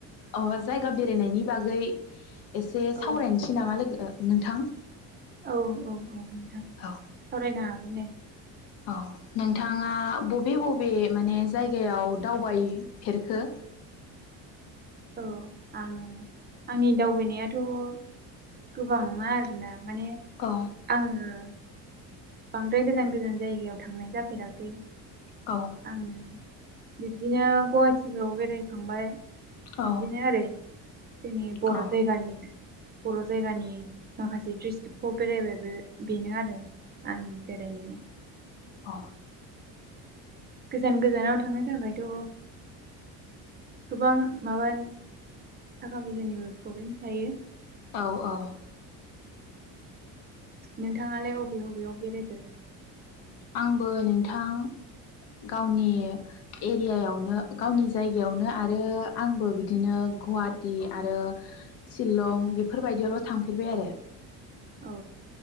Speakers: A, on the left; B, on the right.
A: अ जायगा बेरायनायनि बागै एसे
B: औ
A: सावरायनोसै नामा लोगो नोंथां?
B: औ औ औ नोंथां
A: औ
B: सावरायनो हागोन दे।
A: औ नोंथाङा बबे बबे माने जायगायाव दावबायफेरखो?
B: औ आं आंनि दावबायनायाथ' गोबाव नङा आरोना माने
A: औ
B: आङो बांद्राय गोजान गोजान जायगायाव थांनाय जाफेराखै।
A: औ
B: आं बिब्दिनो गुवाहाटिफ्राव बेरायखांबाय
A: औ
B: बिदिनो ओरै जोंनि बर'
A: औ
B: जायगानि बर' जायगानि माखासे डिस्ट्रिकखौ बेरायबाय बेनो आरो। आंनि बेरायनाय
A: अ
B: गोजान गोजानाव थांनो थाखायथ' गोबां माबा थाखा फैसानिबो प्रब्लेम थायो।
A: औ औ।
B: नोंथाङालाय अबे अबेयाव बेरायखो?
A: आंबो नोंथां गावनि एरियायावनो गावनि जायगायावनो आरो आंबो बिदिनो गुवाहाटि आरो शिलं बेफोरबायदियावल' थांफेरबाय आरो।
B: औ